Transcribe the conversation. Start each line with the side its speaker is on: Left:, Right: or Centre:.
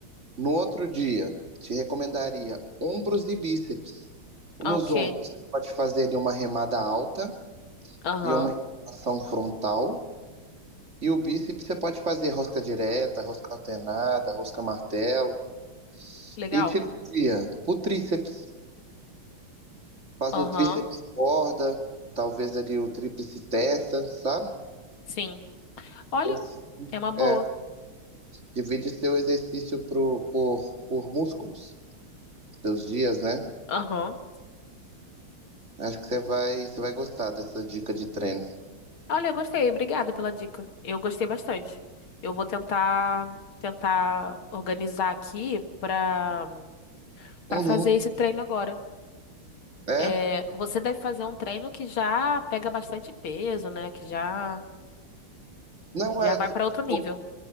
Right: No outro dia, te recomendaria ombros e bíceps. Nos
Left: Ok.
Right: ombros, você pode fazer ali uma remada alta
Left: Aham.
Right: e uma ação frontal. E o bíceps, você pode fazer rosca direta, rosca alternada, rosca martelo.
Left: Legal.
Right: E tira um dia o tríceps. Faz
Left: Aham.
Right: o tríceps corda, talvez ali o tríceps testa, sabe?
Left: Sim. Olha,
Right: E assim,
Left: é uma boa.
Right: é, divide seu exercício pro, por, por músculos, seus dias, né?
Left: Aham.
Right: Acho que você vai, você vai gostar dessa dica de treino.
Left: Olha, eu gostei. Obrigada pela dica. Eu gostei bastante. Eu vou tentar tentar organizar aqui pra para
Right: Uhum.
Left: fazer esse treino agora.
Right: É?
Left: É, você deve fazer um treino que já pega bastante peso, né? Que já
Right: Não,
Left: já
Right: é,
Left: vai
Right: ti-
Left: pra outro
Right: tipo,
Left: nível.